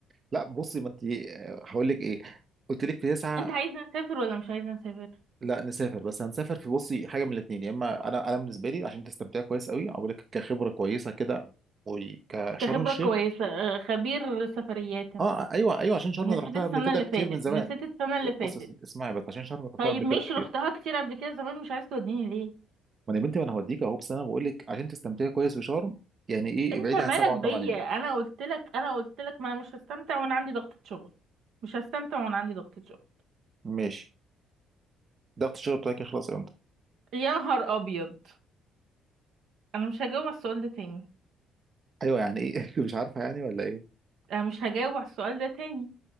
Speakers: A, on the right; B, on the right.
A: لا بصي ما انت آه، هقول لك ايه قلت لك في تسعه
B: انت عايزة نسافر ولا مش عايزة نسافر
A: لا نسافر بس هنسافر في بصي حاجه من الاثنين يا اما انا انا بالنسبه لي عشان تستمتعي كويس قوي اقول لك كخبره كويسه كده وكشرم
B: كخبرة
A: الشيخ
B: كويسة اه، خبير سفريات انت
A: اه ايوه ايوه عشان شرم
B: نسيت
A: انا رحتها
B: السنة
A: قبل كده
B: اللي
A: كتير
B: فاتت
A: من زمان
B: نسيت السنة اللي فاتت
A: بص اسم- اسمعي بس عشان شرم رحتها
B: طيب
A: قبل
B: ماشي
A: كده كتير
B: رحتها كتير قبل كده زمان مش عايز توديني ليه
A: ما انا يا بنتي ما انا هوديك اهو بس انا بقول لك عشان تستمتعي كويس بشرم يعني ايه
B: انت
A: ابعدي
B: مالك
A: عن سبعه وثمانيه
B: بيا انا قلت لك انا قلت لك ما انا مش هستمتع وانا عندي ضغطة شغل مش هستمتع وانا عندي ضغطة شغل
A: ماشي ضغط الشغل بتاعك يخلص امتى
B: يا نهار ابيض انا مش هجاوب على السؤال ده تاني
A: ايوه يعني ايه <laughs> مش عارفه يعني ولا ايه
B: انا مش هجاوب على السؤال ده تاني